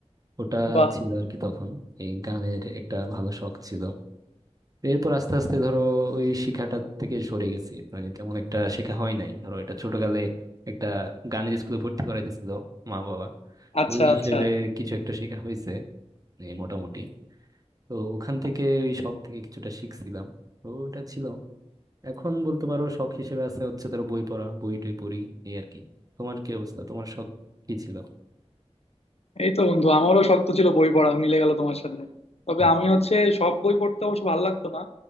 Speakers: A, on the right; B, on the left.
A: ওটা
B: বাহ
A: ছিল আর কি তখন এই গানের একটা ভালো শখ ছিল এরপর আস্তে আস্তে ধরো ওই শিখাটা থেকে সরে গেছি মানে তেমন একটা শেখা হয় নাই ধরো এটা ছোটকালে একটা গানের স্কুলে ভর্তি করাই দিছিল মা বাবা
B: আচ্ছা
A: তো ওই হিসেবে
B: আচ্ছা
A: কিছু একটা শেখা হয়েছে এই মোটামুটি তো ওখান থেকে ওই শখ থেকে কিছুটা শিখছিলাম তো ওটা ছিল এখন বলতে পারো শখ হিসেবে আছে হচ্ছে ধরো বই পড়া বই টই পড়ি এই আর কি তোমার কি অবস্থা তোমার শখ কি ছিল
B: এই তো বন্ধু আমারও শখ তো ছিল বই পড়া মিলে গেল তোমার সাথে তবে
A: হুম।
B: আমি হচ্ছে সব বই পড়তে অবশ্য ভালো লাগতো না